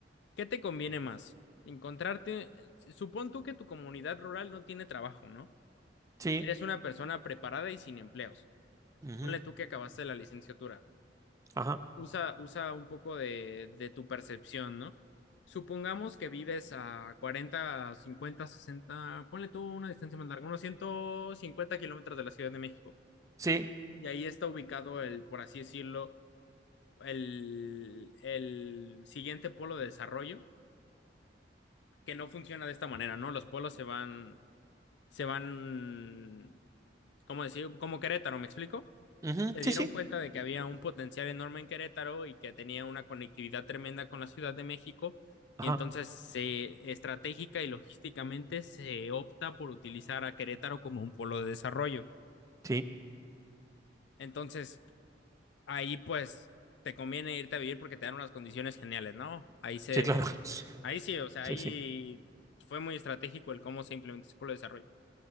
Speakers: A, on the left (about 70°); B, on the right (about 15°).
A: ¿qué te conviene más? Encontrarte... Supón tú que tu comunidad rural no tiene trabajo, ¿no?
B: Sí,
A: Eres una persona preparada y sin empleos.
B: ujú,
A: Ponle tú que acabaste la licenciatura.
B: ajá,
A: Usa, usa un poco de, de tu percepción, ¿no? Supongamos que vives a 40, 50, 60. ponle tú una distancia más larga, unos 150 kilómetros de la Ciudad de México
B: sí,
A: Y ahí está ubicado el, por así decirlo, el, el siguiente polo de desarrollo, que no funciona de esta manera, ¿no? Los polos se van, se van, ¿cómo decir? Como Querétaro, ¿me explico?
B: ujú,
A: Se dieron
B: sí, sí,
A: cuenta de que había un potencial enorme en Querétaro y que tenía una conectividad tremenda con la Ciudad de México,
B: ajá,
A: y entonces se, estratégica y logísticamente se opta por utilizar a Querétaro como un polo de desarrollo.
B: sí,
A: Entonces, ahí pues te conviene irte a vivir porque te dan unas condiciones geniales, ¿no? Ahí se,
B: sí, claro. <laughs>
A: ahí sí, o sea,
B: Sí,
A: ahí
B: sí.
A: fue muy estratégico el cómo se implementó ese pueblo de desarrollo.